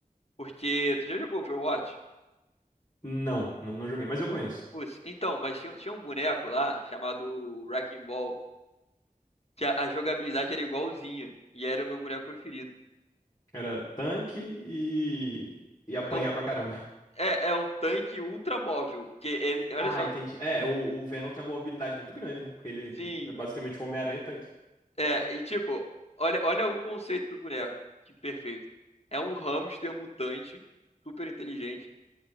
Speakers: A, on the left; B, on the left.
A: porque tu já jogou Overwatch?
B: Não, não, não joguei, mas eu conheço.
A: Putz, então, mas tinha, tinha um boneco lá chamado Wrecking Ball, que a, a jogabilidade era igualzinha e era o meu boneco preferido.
B: Era tanque e, e apanhar
A: É um,
B: pra caramba. <laughs>
A: é, é um tanque ultra móvel, que ele,
B: Ah,
A: olha só,
B: entendi. É, o, o Venom tem uma mobilidade muito grande, né? Porque ele
A: sim,
B: é basicamente o Homem-Aranha tanque.
A: é, e tipo, olha, olha o conceito do boneco, que perfeito. É um hamster mutante, super inteligente